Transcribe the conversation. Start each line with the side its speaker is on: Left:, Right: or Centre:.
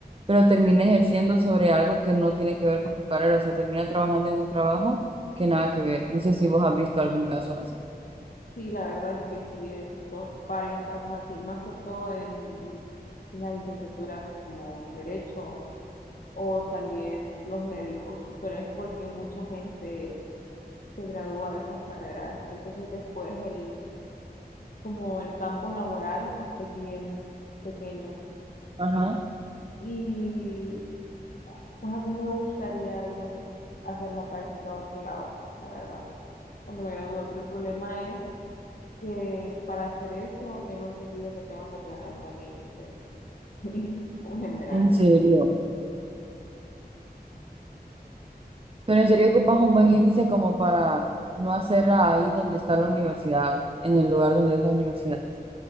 Right: pero termina ejerciendo sobre algo que no tiene que ver con su carrera, o sea, termina trabajando en un trabajo que nada que ver. No sé si vos has visto algún caso así.
Left: Sí, la verdad es que sí he visto varios casos así, más que todo en las licenciaturas como en Derecho o también los médicos, pero es porque mucha gente se gradúa de esas carreras, entonces después el, como el campo laboral es bien pequeño
Right: Ajá,
Left: y pues a mí me gustaría irme a hacer la práctica a otro lado, la verdad, cuando me gradúe, pero el problema es que para hacer eso tengo entendido que tengo que tener un buen índice y, <laughs> y, y un general
Right: en serio. Pero en serio ocupas un buen índice como para no hacerla ahí donde está la universidad, en el lugar donde es la universidad.